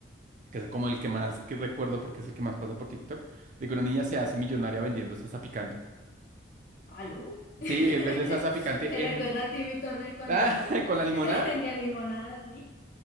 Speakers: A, on the right (about 40°); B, on the left (about 45°).
A: que es como el que más que recuerdo porque es el que más pasa por TikTok, de que una niña se hace millonaria vendiendo salsa picante.
B: ¿Aló? <laughs>
A: Sí, eh, vende salsa picante
B: Me recuerda
A: en,
B: a Timmy Turner cuando
A: ah, <laughs> con la limonada,
B: <laughs> vendía limonadas, sí.